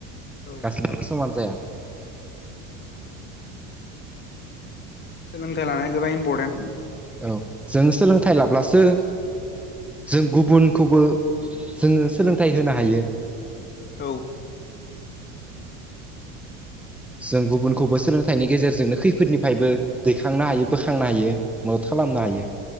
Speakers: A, on the left (about 35°); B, in the centre.
A: औ
B: गासिनाबो समान जाया।
A: सोलोंथाइ लानाया गोबां इम्परटेन्ट
B: औ जों सोलोंथाइ लाब्लासो जों गुबुनखौबो जोंङो सोलोंथाइ होनो हायो।
A: औ।
B: जों गुबुनखौबो सोलोंथाइनि गेजेरजोंनो खैफोदनिफ्रायबो दैखांनो हायो बोखांनो हायो। मदद खालामनो हायो।